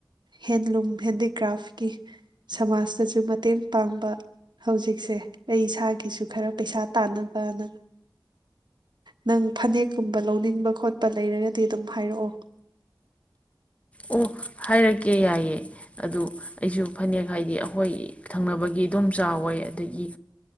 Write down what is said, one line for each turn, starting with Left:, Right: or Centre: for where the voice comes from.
Right: ꯍꯦꯟꯂꯨꯝ ꯍꯦꯟꯗꯤꯀ꯭ꯔꯥꯐꯀꯤ ꯁꯃꯥꯖꯇꯁꯨ ꯃꯇꯦꯡ ꯄꯥꯡꯕ ꯍꯧꯖꯤꯛꯁꯦ ꯑꯩ ꯏꯁꯥꯒꯤꯁꯨ ꯈꯔ ꯄꯩꯁꯥ ꯇꯥꯅꯕꯅ ꯅꯪ ꯐꯅꯦꯛꯀꯨꯝꯕ ꯂꯧꯅꯤꯡꯕ ꯈꯣꯠꯄ ꯂꯩꯔꯒꯗꯤ ꯑꯗꯨꯝ ꯍꯥꯏꯔꯛꯑꯣ
Left: ꯑꯣ ꯍꯥꯏꯔꯛꯀꯦ ꯌꯥꯏꯌꯦꯦ ꯑꯗꯨ ꯑꯩꯁꯨ ꯐꯅꯦꯛ ꯍꯥꯏꯗꯤ ꯑꯩꯈꯣꯏ ꯊꯪꯅꯕꯒꯤ ꯑꯗꯨꯝ ꯆꯥꯎꯋꯦ ꯑꯗꯒꯤ